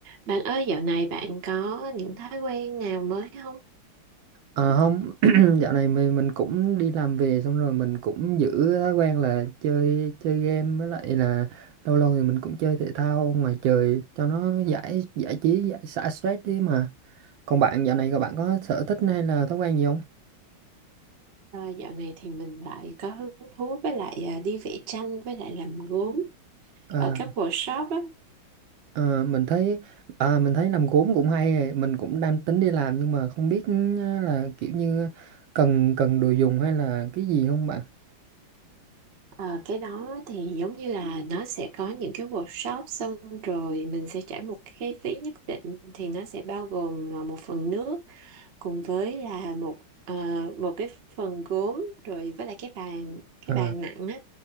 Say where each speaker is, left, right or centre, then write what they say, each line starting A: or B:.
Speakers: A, on the right; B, on the right.
A: Bạn ơi, dạo này bạn có những thói quen nào mới không?
B: Ờ không, <clears throat> dạo này mình mình cũng đi làm về xong rồi mình cũng giữ thói quen là chơi chơi game với lại là lâu lâu thì mình cũng chơi thể thao ngoài trời cho nó giải giải trí giải xả stress đi mà. Còn bạn dạo này các bạn có sở thích hay là thói quen gì không?
A: À, dạo này thì mình lại có hứng thú với lại à, đi vẽ tranh với lại làm gốm
B: À,
A: ở các workshop á.
B: ờ, mình thấy à, mình thấy làm gốm cũng hay, ấy. mình cũng đang tính đi làm nhưng mà không biết ừ, là kiểu như cần cần đồ dùng hay là cái gì không bạn?
A: Ờ, cái đó thì giống như là nó sẽ có những cái workshop xong rồi mình sẽ trả một cái phí nhất định thì nó sẽ bao gồm à, một phần nước cùng với là một ờ, một cái phần gốm rồi với lại cái bàn
B: Ờ,
A: cái bàn nặng á